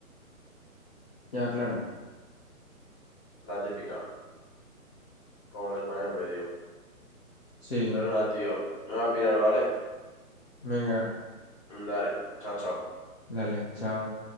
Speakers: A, on the left (about 45°); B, on the left (about 25°).
A: Ya, claro.
B: La típica, como el español medio.
A: Sí,
B: Pero nada, tío. Me voy a pirar, ¿vale?
A: venga,
B: Dale. Chao, chao.
A: dale, chao.